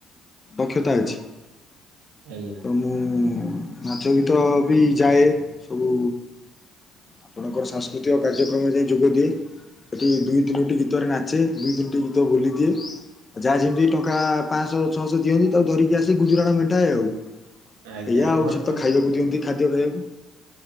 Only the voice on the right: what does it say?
ଆଜ୍ଞା।
ଆଜ୍ଞା ଆଜ୍ଞା
ଆମର